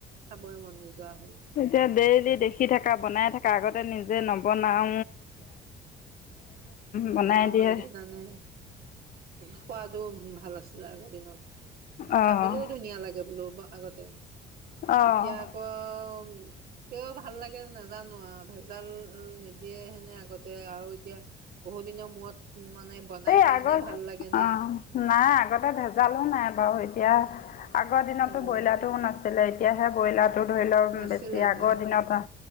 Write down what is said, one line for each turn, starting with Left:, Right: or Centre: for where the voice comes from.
Right: খাবই মন নোযোৱা হ'ল
Left: এতিয়া দে দেখি থকা বনাই থকা আগতে তে নিজে নবনাও
Right: অ'
Left: বনাই
Right: বনাও
Left: দিয়ে
Right: এদিন আনে সোৱাদো ভাল আছে। আগৰ দিনত
Left: অঁ
Right: খাবলৈও ধুনীয়া লাগে বোলোও বা আগতে
Left: অ',
Right: এতিয়া আকৌ কিয় ভাল লাগে নাজানো আৰু ভেজাল নিদিয়ে হে' নে আগতে আৰু এতিয়া। মূৰত মানে বনাই
Left: এই
Right: কাৰণে
Left: আগৰ
Right: ভাল লাগে নে
Left: অ' নাই আগতে ভেজালো নাই বাৰু। এতিয়া আগৰ দিনতো
Right: ভেজাল
Left: ব্ৰইলাৰ টোও নাছিলে। তেতিয়াহে ব্ৰইলাৰটোত ধৰি লওক
Right: নাছিলে
Left: বেছি আগৰ
Right: নাই
Left: দিনত ন।